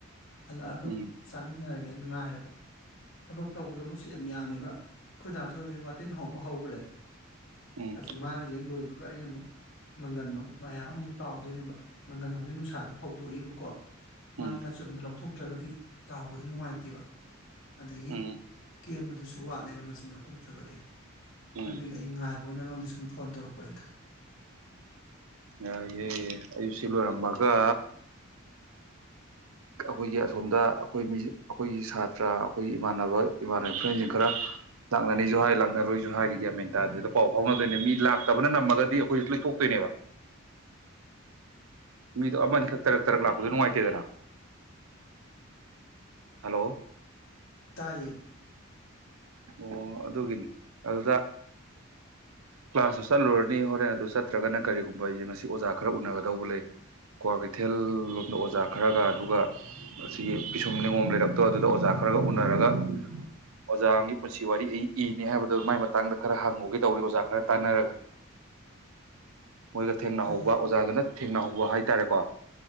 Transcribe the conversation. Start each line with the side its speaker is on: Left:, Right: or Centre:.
Left: ꯍꯜꯂꯛꯑꯒ
Right: ꯎꯝ
Left: ꯆꯥꯃꯤꯟꯅꯔꯒꯦ ꯒꯦ ꯉꯥꯏꯔꯕ ꯊꯕꯛ ꯇꯧꯒꯗꯕꯁꯦ ꯌꯥꯝ ꯌꯥꯝꯃꯦꯕ ꯑꯈꯣꯏ ꯗꯥꯁꯨ ꯍꯧꯖꯤꯛ ꯋꯥꯇꯤꯟ ꯍꯧꯕ ꯍꯧꯒꯔꯦ
Right: ꯎꯝ
Left: ꯑꯁꯥ ꯃꯥꯒꯤ ꯂꯣꯏꯕꯒ ꯑꯩꯅ ꯑꯃꯨꯛ ꯃꯪꯒꯟ ꯃꯌꯥꯝ ꯑꯃꯃꯨꯛ ꯇꯥꯎꯗꯣꯏꯅꯦꯕ ꯃꯪꯒꯟ ꯍꯧꯖꯤꯛ ꯅꯨꯡꯁꯥꯗ ꯐꯧꯗꯣꯛꯏꯕꯀꯣ ꯃꯥꯏ
Right: ꯎꯝ
Left: ꯃꯆꯨꯝꯗꯣ ꯂꯧꯊꯣꯛꯇ꯭ꯔꯒꯗꯤ ꯇꯥꯎꯕꯗ ꯅꯨꯡꯉꯥꯏꯇꯦꯕ ꯑꯗꯒꯤ
Right: ꯎꯝ
Left: ꯀꯦꯝꯕꯗꯨꯁꯨ ꯋꯥꯠꯂꯦꯕ ꯃꯆꯨꯝ ꯂꯧꯊꯣꯛꯇ꯭ꯔꯒꯗꯤ
Right: ꯎꯝ
Left: ꯑꯗꯨꯒꯤ ꯑꯩ ꯉꯥꯏꯕ ꯕꯣꯏꯅꯂꯣꯝꯗꯁꯨ ꯐꯣꯟ ꯇꯧꯔꯛꯄ ꯍꯦꯛꯇ
Right: ꯌꯥꯏꯌꯦ ꯑꯩ ꯁꯤ ꯂꯣꯏꯔꯝꯃꯒ ꯑꯈꯣꯏꯒꯤ ꯑꯁꯣꯝꯗ ꯑꯈꯣꯏ ꯃꯤ ꯑꯈꯣꯏꯒꯤ ꯁꯥꯇ꯭ꯔ ꯑꯈꯣꯏꯒꯤ ꯏꯃꯥꯟꯅꯕ ꯏꯃꯥꯟꯅꯕ ꯐ꯭ꯔꯦꯟꯁꯤꯡ ꯈꯔ ꯂꯥꯛꯅꯅꯤꯁꯨ ꯍꯥꯏ ꯂꯥꯛꯅꯔꯣꯏꯁꯨ ꯍꯥꯏꯔꯤ ꯒꯌꯥꯟ ꯃꯦꯟ ꯇꯥꯗꯦꯗ ꯄꯥꯎ ꯐꯥꯎꯅꯗ꯭ꯔꯦꯅꯦ ꯃꯤ ꯂꯥꯛꯇꯕꯅ ꯅꯝꯃꯒꯗꯤ ꯑꯈꯣꯏ ꯂꯣꯏꯇꯣꯛꯇꯣꯏꯅꯦꯕ ꯃꯤꯗꯣ ꯑꯃꯅꯤꯈꯛ ꯇꯔꯛ ꯇꯔꯛ ꯂꯥꯛꯄꯗꯣ ꯅꯨꯡꯉꯥꯏꯇꯦꯗꯅ ꯍꯜꯂꯣ
Left: ꯇꯥꯏꯌꯦ
Right: ꯑꯣ ꯑꯗꯨꯒꯤꯅꯤ ꯑꯗꯨꯗ ꯀ꯭ꯂꯥꯁꯇꯨ ꯆꯠꯂꯨꯔꯅꯤ ꯍꯣꯔꯦꯟ ꯑꯗꯨ ꯆꯠꯇ꯭ꯔꯒꯅ ꯀꯔꯤꯒꯨꯝꯕ ꯌꯦꯡꯉꯁꯤ ꯑꯣꯖꯥ ꯈꯔ ꯎꯅꯒꯗꯧꯕ ꯂꯩ ꯀ꯭ꯋꯥ ꯀꯩꯊꯦꯜ ꯂꯣꯝꯗ ꯑꯣꯖꯥ ꯈꯔꯒ ꯑꯗꯨꯒ ꯑꯁꯤꯒꯤ ꯄꯤꯁꯨꯝ ꯅꯤꯉꯣꯝ ꯂꯩꯔꯛꯇꯣ ꯑꯗꯨꯗ ꯑꯣꯖꯥ ꯈꯔꯒ ꯎꯅꯔꯒ ꯑꯣꯖꯥ ꯑꯃꯒꯤ ꯄꯨꯟꯁꯤ ꯋꯥꯔꯤ ꯏꯅꯦ ꯍꯥꯏꯕꯗꯨꯣ ꯃꯥꯏ ꯃꯇꯥꯡꯗ ꯈꯔ ꯍꯪꯉꯨꯒꯦ ꯇꯧꯅꯤ ꯑꯣꯖꯥ ꯈꯔ ꯇꯥꯅꯔꯒ ꯃꯣꯏꯒ ꯊꯦꯡꯅꯍꯧꯕ
Left: ꯐꯩꯌꯦ
Right: ꯑꯣꯖꯥꯗꯨꯅ ꯊꯦꯡꯅꯍꯧ ꯎ ꯍꯥꯏꯇꯥꯔꯦꯀꯣ